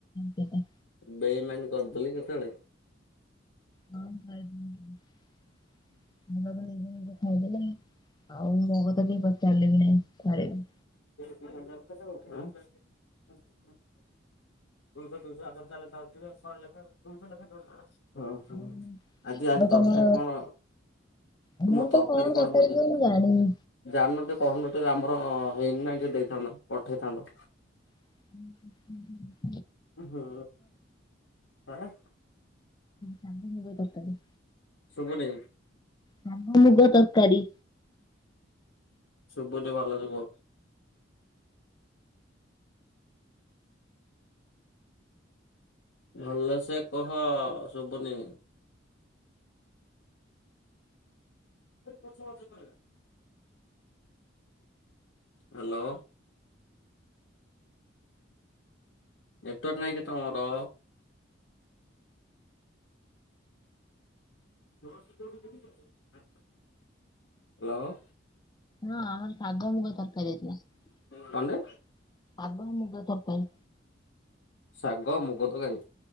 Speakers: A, on the left (about 20°); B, on the left (about 75°).
A: କଟ <inaudible>
B: ବେଇମାନୀ କରିଦେଲି କେତେବେଳେ?
A: କ ଖାଇ ଏ ନିଜେ ନିଜେ ଖାଇଦେଲ। ଆଉ ମୋ କଥା ଟିକେ ପଚାରିଲେନି ନାଇଁ ଥରେ ବି।
B: ହୁଁ। <unintelligible> ଦୁଇଶହ ଦୁଇଶହ ଆକାର ଚାଲ ଧରିଥିବା ଶହେ ଲେଖା ଦୁଇଶହ ଲେଖା ଧରିଥା। ହଁ ହଁ
A: ଆଉ
B: ଆଜି ଆଜି
A: ଆଉ
B: ତରକାରୀ
A: ତମ
B: କଣ?
A: ଆମର
B: ତୁମର
A: ତ
B: ତରକାରୀ କଣ ବୁଝିଲ?
A: ହୁଏ ମୁଁ ଜାଣିନି।
B: ଆ ଟେ କହୁନୁ ଆମର ହେଇନି ନା ଟିକେ ଦେଇଥାନ୍ତ ପଠେଇଥାନ୍ତ।
A: ହୁଁ ହୁଁ ହୁଁ,
B: ହୁଁ, ଆ,
A: ଶାଗ ମୁଗ ତରକାରି।
B: ଶୁଭୁନି।
A: ଶାଗ ମୁଗ ତରକାରୀ।
B: ଶୁଭୁନି ଭଲରେ କୁହ। ଭଲସେକହ ଶୁବୁନି। ପଛ ପଛ କହିବା। ହ୍ୟାଲୋ। ନେଟୱର୍କ ନାହିଁ କି ତମର? ହ୍ୟାଲୋ।
A: ହଁ। ସାଗ ମୁଗ ତରକାରୀ ହେଇଥିଲା ସାଗ
B: କଣଟେ
A: ମୁଗ ତରକାରୀ।
B: ଶାଗ ମୁଗ ତରକାରୀ